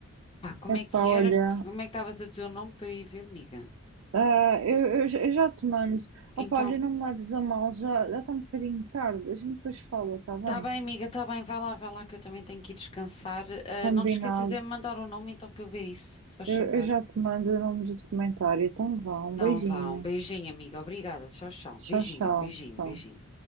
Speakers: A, on the left (about 25°); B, on the right (about 65°).
A: Pá, como
B: Epá,
A: é que
B: olha.
A: era? Como é que estavas a dizer o nome para eu ir ver, miga?
B: Ah, eu, eu já eu já te mando.
A: Então,
B: Opa, olha, não me leves a mal, já, já está um bocadinho tarde. A gente depois fala, está bem?
A: tá bem, miga, tá bem, vai lá, vai lá que eu também tenho que ir descansar. Ah,
B: Combinado.
A: não te esqueças de me mandar o nome então para eu ver isso, se faz
B: Eu,
A: favor.
B: eu já te mando o nome do documentário. Então vá, um
A: Então
B: beijinho.
A: vá, um beijinho, amiga, obrigada, tchau, tchau.
B: Tchau,
A: Beijinho,
B: tchau,
A: beijinho,
B: tchau.
A: beijinho.